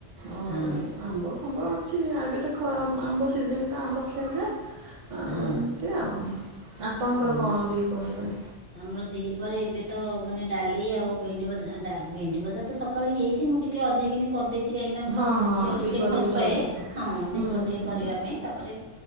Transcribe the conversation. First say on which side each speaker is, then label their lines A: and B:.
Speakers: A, on the right; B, on the right.
A: ଆଉ
B: ହଁ
A: ଆମ୍ବ ଫମ୍ବ ଅଛି ଏବେ ତା ଖରା ଆମ୍ବ ସିଜନ୍ ଟା, ଆମ୍ବ ଖିଆଯାଏ ଆଉ
B: ହଁ
A: ଏମିତି ଆଉ। ଆପଣଙ୍କର
B: ହୁଁ
A: କଣ? ଦି ପହର ପାଇଁ।
B: ଆମର ଦିହି ପରେ, ଏବେ ତ ମାନେ ଡାଲି ଆଉ ଭେଣ୍ଡି ଭଜା। ଭେଣ୍ଡି ଭଜା ତ ସକାଳ ହେଇଛି, ମୁଁ ଟିକେ ଅଧିକକିନି କରିଦେଇଛି କାହିଁକିନା ମୋ
A: ହଁ ହଁ
B: ଝିଅ ଟିକେ
A: ଦିପହରେ
B: ଭଲ
A: ବି ଚଳିଯିବ
B: ପାଏ ହଁ,
A: ହୁଁ
B: ଦୀପ
A: ହୁଁ
B: ଟିକେ କରିବା
A: ହୁଁ
B: ପାଇଁ ତାପରେ